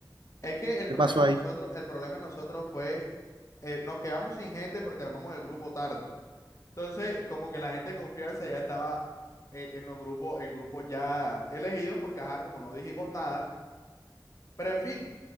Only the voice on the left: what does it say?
Es que el
problema
de nosotros, el problema de nosotros fue, eh, nos quedamos sin gente porque armamos el grupo tarde. Entonces, como que la gente de confianza ya estaba eh, en los grupos, en grupos ya elegidos, porque ajá, como no dijimos nada. Pero en fin.